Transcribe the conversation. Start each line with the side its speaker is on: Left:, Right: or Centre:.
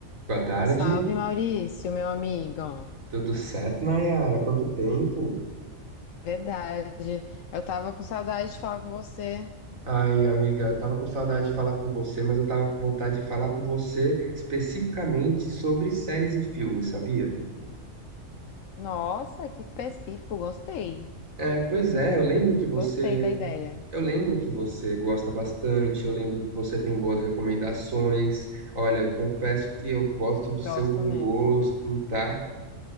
Right: Boa tarde,
Left: Salve Maurício, meu amigo.
Right: tudo certo, Nayara? Quanto tempo?
Left: Verdade. Eu tava com saudade de falar com você.
Right: Ai, amiga, eu tava com saudade de falar com você, mas eu tava com vontade de falar com você especificamente sobre séries e filmes, sabia?
Left: Nossa, que específico. Gostei.
Right: É, pois é, eu lembro que você,
Left: Gostei da ideia.
Right: eu lembro que você gosta bastante, eu lembro que você tem boas recomendações. Olha, eu confesso que eu gosto do
Left: Gosto
Right: seu bom
Left: mesmo.
Right: gosto, tá?